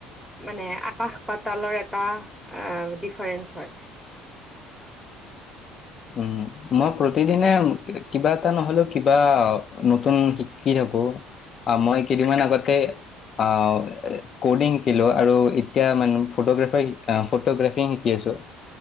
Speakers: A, in the centre; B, on the left.
A: মানে আকাশ পাতালৰ এটা অ' ডিফাৰেন্ঞ্চ হয়।
B: উম, মই প্ৰতিদিনে কিবা এটা নহ'লেও কিবা, নতুন শিকি থাকোঁ। অ' মই কেইদিনমান আগতে অ' ক'ডিং শিকিলোঁ আৰু এতিয়া মানু ফটোগ্ৰাফাৰ শিকা ফটোগ্ৰাফিং শিকি আছোঁ।